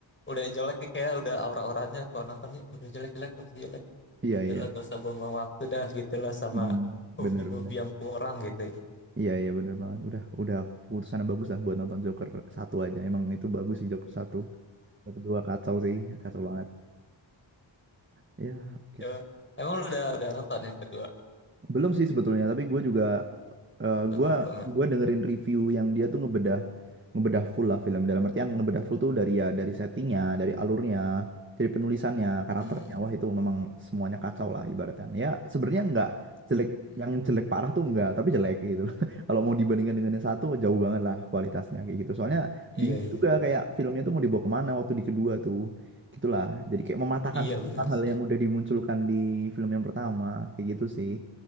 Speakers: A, on the left; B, on the right.
A: udah jelek kayak udah aura-auranya kalau nonton ya udah jelek-jelek pasti jelek
B: iya
A: udah
B: iya
A: gak usah buang-buang waktu dah gitulah sama
B: hmm,
A: <laughs> movie-movie
B: benar benar
A: yang kurang gitu ya
B: Iya iya bener banget. Udah udah keputusan yang bagus lah buat nonton Joker satu aja. Emang itu bagus sih Joker satu. Joker dua kacau sih, kacau banget. Ya oke
A: <laughs> emang lu udah udah nonton yang kedua
B: Belum sih sebetulnya, tapi gue juga eh,
A: Betul
B: gue
A: belum ya?
B: gue dengerin review yang dia tuh ngebedah ngebedah full lah film. Dalam artian ngebedah full tuh dari ya dari settingnya, dari alurnya, dari penulisannya, karakternya.
A: Hmm.
B: Wah itu memang semuanya kacau lah ibaratnya. Ya sebenarnya nggak jelek,
A: hmm.
B: yang jelek parah tuh nggak, tapi jelek gitu. loh. <laughs> Kalau mau dibandingkan dengan yang satu jauh banget lah kualitasnya kayak gitu. Soalnya
A: Iya,
B: bingung
A: iya.
B: juga kayak filmnya tuh mau dibawa kemana waktu di kedua tuh. Gitulah. Jadi kayak mematahkan
A: Iya
B: semua
A: benar
B: hal
A: sih.
B: yang udah dimunculkan di film yang pertama kayak gitu sih.